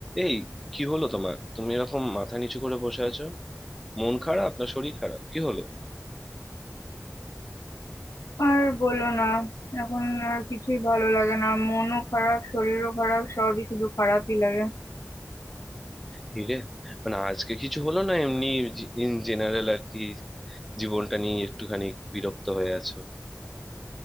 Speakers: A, in the centre; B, on the left.
A: এই কি হলো তোমার তুমি এরকম মাথা নিচু করে বসে আছো মন খারাপ না শরীর খারাপ কি হলো
B: আর বলো না এখন আর কিছুই ভালো লাগে না মনও খারাপ শরীরও খারাপ সবই শুধু খারাপই লাগে
A: হিরে মানে আজকে কিছু হলো না এমনি ইন জেনারেল আর কি জীবনটা নিয়ে একটুখানি বিরক্ত হয়ে আছো